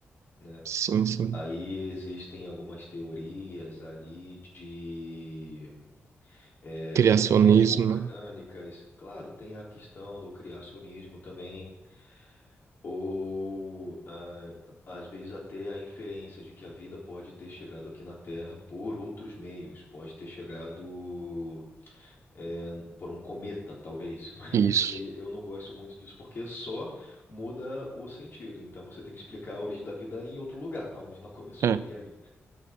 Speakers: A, on the left (about 50°); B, on the right (about 80°).
A: né?
B: Sim, sim.
A: Aí existem algumas teorias ali de é,
B: Criacionismo,
A: chaminés vulcânicas.
B: né?
A: Claro, tem a questão do criacionismo também, ou ah, a- às vezes até a inferência de que a vida pode ter chegado aqui na Terra por outros meios, pode ter chegado é, por um cometa, talvez, <laughs> mas
B: Isso.
A: isso meio, eu não gosto muito disso porque só muda o sentido. Então você tem que explicar a origem da vida em outro lugar, aonde ela começou,
B: É.
A: e aí?